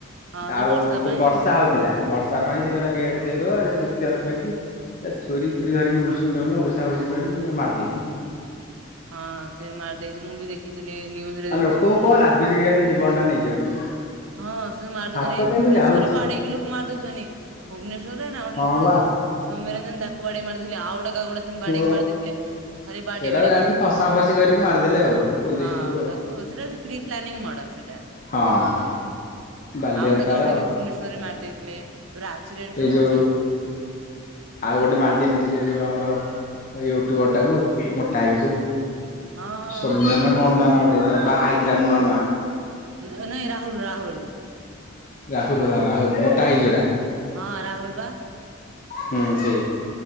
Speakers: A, on the right (about 75°); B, on the left (about 40°).
A: ହଁ ସେ
B: ଆଉ
A: ବର୍ଷା
B: କ
A: ପାଇଁ
B: ବର୍ଷା ହଉଥିଲା ବର୍ ତା ପାଇଁ ସେ କହିଲା ଗେଟ ଦେଇଦବା ଯୁକ୍ତି ତର୍କ ହେଇକିଏ ଛୁରୀ
A: ହଁ।
B: ଫୁରୀ ଧରିକି ବୁଲୁସୁନ୍ତି ଦେଖୁନ ଭୁସା ଭୁସି କରି କିନ୍ତି ମାରଦେଇଚି।
A: ହଁ ସେ ମାରିଦେଇଛି ମୁଁ ବି ଦେଖ ଦେଖିଥିଲି ନ୍ୟୁଜରେ
B: ଆଉ
A: ଦେଖୁଥିଲି
B: ଲୋକଙ୍କୁ
A: ମୁଁ କହିଲି
B: କଣ ଲାଗୁଛି କେଜାଣି ଜୀବନ ଟା ନେଇଯିବାକୁ
A: ହଁ ସେ ମାରିଉଛନ୍ତି
B: ହାତ
A: ଏଇ
B: କେମିତି
A: ଭୁବନେଶ୍ୱରରେ
B: ଯାଉଛି।
A: ବାଡେଇକି ଲୋକ ମାର ଦଉସନି ଭୁବନେଶ୍ରରେ ନା ଗୋଟେ
B: ହଁ
A: ଲୋକଟେ
B: ବା
A: ଯଉ ସୋମ୍ୟରଞ୍ଜନ ତାକୁ ବାଡେଇ ମାରିଦେଇଥିଲେ ଆଉ ଗୋଟା କାହାକୁ ଗୋଟେ ସେମିତି ବାଡେଇକି
B: ଓ
A: ମାରି ଦେଇଥିଲେ ଖାଲି ବାଡେଇ
B: ସେଇଟାକୁ
A: ବାଡେଇ
B: ଜାଣିକି
A: ମାରିଦଉ
B: ଫସା ଫସି କରିକି ମାରିଦେଲେ ଆଉ ପୋଲିସ
A: ହଁ
B: ଟାକୁ ଆଉ।
A: ତାକୁ ସେଟା ପ୍ରି ପ୍ଲାନିଂ ମର୍ଡର ସେଟା।
B: ହଁ ବାଲିଅନ୍ତାର।
A: ଆଉ ଗୋଟେ କାହାକୁ ଗୋଟେ ବି ଭୁବନେଶ୍ୱରରେ ମାରି ଦେଇଥିଲେତାରେ ଆକ୍ସିଡେଣ୍ଟ
B: ଏଇ
A: ରେ ମରୁଛନ୍ତି
B: ଯୋଉ
A: ବହୁତ।
B: ଆଉ ଗୋଟେ ମାରିଦେଇନଥିଲେ ଯୋଉ ଆମର ୟୁଟୁବର ଟାକୁ ମୋଟା ହେଇକି ଯୋଉ
A: ହଁ ହଁ
B: ସୋମ୍ୟା
A: ତାକୁ
B: ନା କଣ ତାନାଁ ଗୋଟେ ବାହା ହେଇଥିଲା ନୂଆ ନୂଆ
A: ନାଇଁ ରାହୁଲ ରାହୁଲ।
B: ରାହୁଲ ହ ରାହୁଲ ମୋଟା ହେଇକି ଯଉଟା।
A: ହଁ ରାହୁଲ ବା।
B: ହୁଁ ସେଇ।